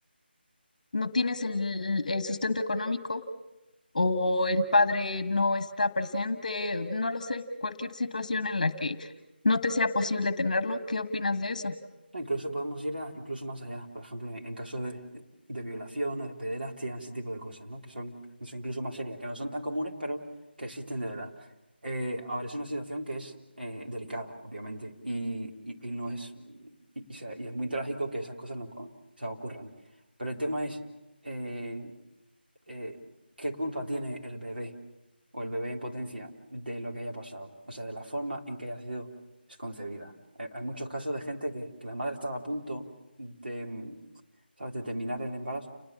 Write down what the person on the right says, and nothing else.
no, incluso podemos ir a, incluso más allá, por ejemplo, en, en caso de, de violación o de pederastia, ese tipo de cosas, ¿no? Que son, que son incluso más serias, que no son tan comunes, pero que existen de verdad. Eh, ahora, es una situación que es eh, delicada, obviamente, y, y, y no es, y, y se- y es muy trágico que esas cosas no co- o ocurran. Pero el tema es... eh, eh, ¿qué culpa tiene el bebé o el bebé en potencia de lo que haya pasado? O sea, de la forma en que haya sido concebida. Hay, hay muchos casos de gente que, que la madre estaba a punto de, mm, ¿sabes? de terminar el embarazo